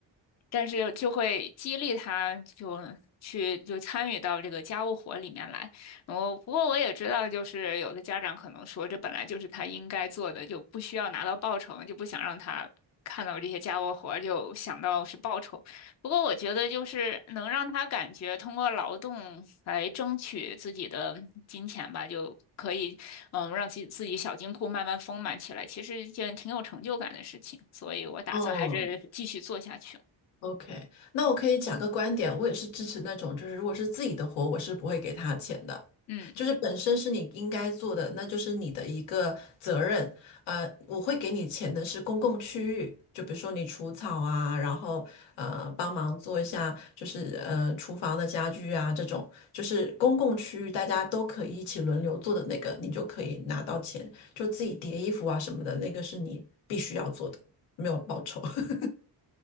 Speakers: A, on the left; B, on the left.
A: 但是就会激励他就去就参与到这个家务活里面来。然后，不过我也知道，就是有的家长可能说，这本来就是他应该做的，就不需要拿到报酬，就不想让他看到这些家务活，就想到是报酬。不过我觉得，就是能让他感觉通过劳动来争取自己的金钱吧，就可以嗯让自己自己小金库慢慢丰满起来，其实是一件挺有成就感的事情。所以我打算还是继续做下去。
B: 嗯，OK，那我可以讲个观点，我也是支持那种，就是如果是自己的活，我是不会给他钱的，
A: 嗯，
B: 就是本身是你应该做的，那就是你的一个责任。呃，我会给你钱的是公共区域，就比如说你除草啊，然后呃帮忙做一下，就是呃厨房的家具啊这种，就是公共区域大家都可以一起轮流做的那个，你就可以拿到钱。就自己叠衣服啊什么的，那个是你必须要做的，没有报酬。<laughs>